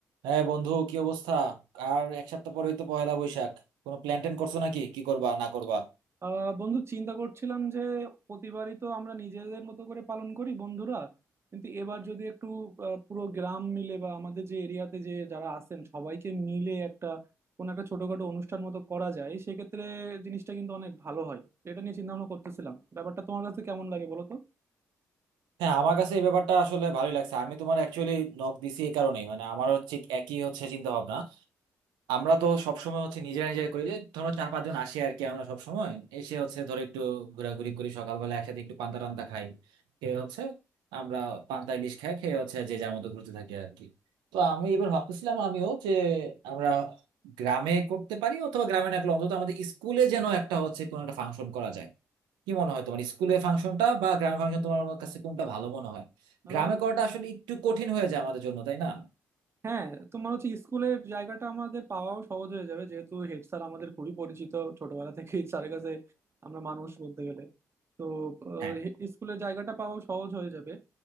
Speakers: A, on the right; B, on the right.
A: হ্যাঁ বন্ধু কি অবস্থা আর এক সপ্তাহ পরেই তো পহেলা বৈশাখ কোনো প্ল্যান ট্যান করছো নাকি কি করবা না করবা
B: আহ বন্ধু চিন্তা করছিলাম যে প্রতিবারই তো আমরা নিজেদের মতো করে পালন করি বন্ধুরা কিন্তু এবার যদি একটু আহ, পুরো গ্রাম মিলে বা আমাদের যে এরিয়াতে যে যারা আছেন সবাইকে মিলে একটা কোনো একটা ছোটখাটো অনুষ্ঠান মতো করা যায় সেক্ষেত্রে জিনিসটা কিন্তু অনেক ভালো হয় এটা নিয়ে চিন্তা ভাবনা করতেছিলাম ব্যাপারটা তোমার কাছে কেমন লাগে বলো
A: হ্যাঁ আমার কাছে এই ব্যাপারটা আসলে ভালোই লাগছে আমি তোমার অ্যাকচুয়ালি নক দিছি এই কারণেই মানে আমারও ঠিক একই হচ্ছে চিন্তা ভাবনা আমরা তো সবসময় হচ্ছে নিজেরা নিজেরা করি যে ধরো চার পাঁচজন আসি আর কি আমরা সবসময় এসে হচ্ছে ধরো একটু ঘোরাঘুরি করি সকালবেলা একসাথে একটু পান্তা টান্তা খাই খেয়ে হচ্ছে আমরা পান্তা ইলিশ খাই খেয়ে হচ্ছে যে যার মতো ঘুরতে থাকি আর কি তো আমি এবার ভাবতেছিলাম আমিও যে আমরা গ্রামে করতে পারি অথবা গ্রামে না করলে অন্তত আমাদের স্কুলে যেন একটা হচ্ছে কোনো একটা ফাংশন করা যায় কি মনে হয় তোমার স্কুলে ফাংশনটা বা গ্রামে ফাংশন তোমার কাছে কোনটা ভালো মনে হয়
B: তো
A: গ্রামে করাটা আসলে একটু কঠিন হয়ে যায় আমাদের জন্য তাই না
B: হ্যাঁ তোমার হচ্ছে স্কুলের জায়গাটা আমাদের পাওয়াও সহজ হয়ে যাবে যেহেতু হেড স্যার আমাদের খুবই পরিচিত ছোটবেলা থেকে স্যারের কাছে আমরা মানুষ বলতে গেলে তো আহ,
A: হ্যাঁ।
B: হে- স্কুলের জায়গাটা পাওয়াও সহজ হয়ে যাবে